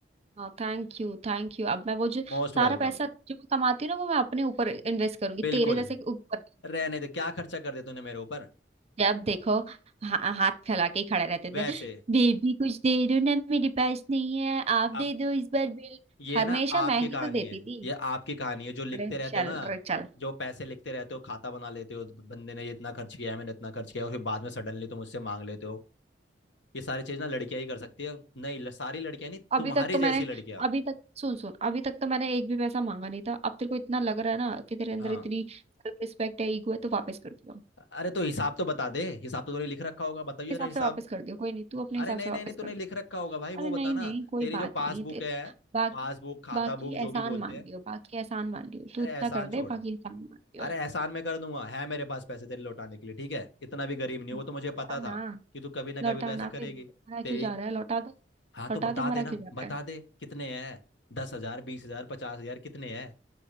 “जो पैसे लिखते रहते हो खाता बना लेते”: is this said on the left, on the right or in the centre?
Left